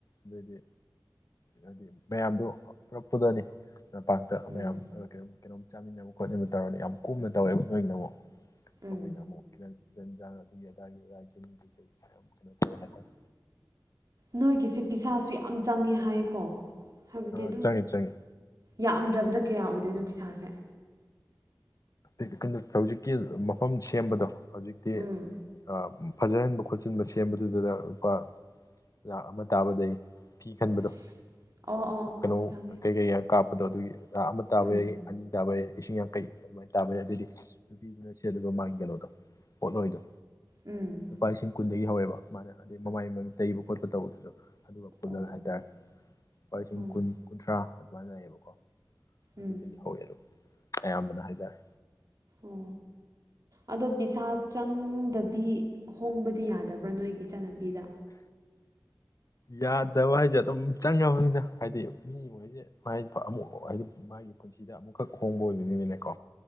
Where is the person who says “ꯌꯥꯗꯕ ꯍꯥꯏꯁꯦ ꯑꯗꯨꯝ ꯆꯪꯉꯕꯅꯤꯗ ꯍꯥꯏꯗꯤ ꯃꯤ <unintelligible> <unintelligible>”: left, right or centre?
Left